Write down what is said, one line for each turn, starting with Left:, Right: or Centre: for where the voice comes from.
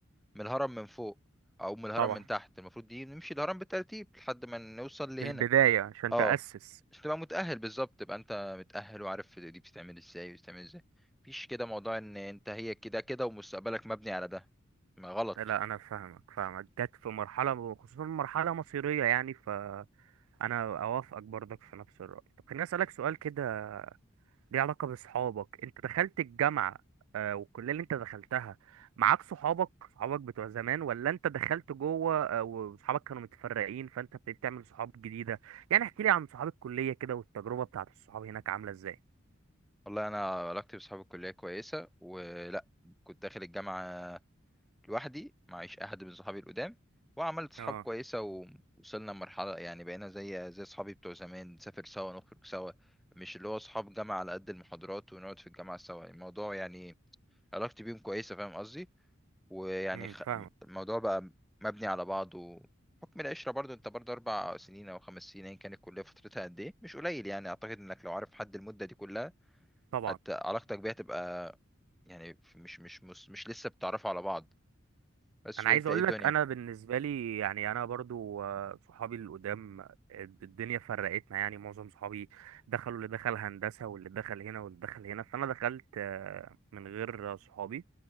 Centre: من الهرم من فوق او من الهرم
Right: طبعا
Centre: من تحت المفروض دي نمشي الهرم بالترتيب لحد ما نوصل لهنا
Right: من البداية عشان
Centre: اه
Right: تأسس
Centre: عشان تبقى متأهل بالظبط تبقى انت متأهل وعارف دي بتتعمل ازاي وبتتعمل ازاي مفيش كده موضوع ان انت هي كده كده ومستقبلك مبني على ده ما غلط
Right: لا انا فاهمك فاهمك جت في مرحلة خصوصا مرحلة مصيرية يعني فانا اوافقك برضك في نفس الرأي طب خليني اسألك سؤال كده ليه علاقة بصحابك انت دخلت الجامعة آه، والكلية اللي انت دخلتها معاك صحابك صحابك بتوع زمان ولا انت دخلت جوه آه، وصحابك كانوا متفرقين فانت ابتديت تعمل صحاب جديدة يعني احكي لي عن صحاب الكلية كده والتجربة بتاعت الصحاب هناك عاملة ازاي
Centre: والله انا علاقتي بصحاب الكلية كويسة ولا كنت داخل الجامعة لوحدي معيش احد من صحابي القدام وعملت صحاب
Right: اه
Centre: كويسة ووصلنا لمرحلة يعني بقينا زي زي صحابي بتوع زمان نسافر سوا نخرج سوا مش اللي هو صحاب جامعة على قد المحاضرات ونقعد في الجامعة سوا الموضوع يعني علاقتي بيهم كويسة فاهم قصدي ويعني
Right: امم
Centre: خ...
Right: فاهمك
Centre: الموضوع بقى مبني على بعضه حكم العشرة برضو انت برضو اربع سنين او خمس سنين ايا كانت الكلية فترتها قد ايه مش قليل يعني اعتقد انك لو عارف حد المدة دي كلها
Right: طبعا
Centre: حتى علاقتك بيها تبقى يعني مش مش مش, مش لسه بتعرفوا على بعض بس
Right: انا
Centre: وانت
Right: عايز اقول
Centre: ايه الدنيا
Right: لك انا بالنسبه لي يعني انا برضو آه، صحابي القدام آه، الدنيا فرقتنا يعني معظم صحابي دخلوا اللي دخل هندسه واللي دخل هنا واللي دخل هنا فانا دخلت آه، من غير صحابي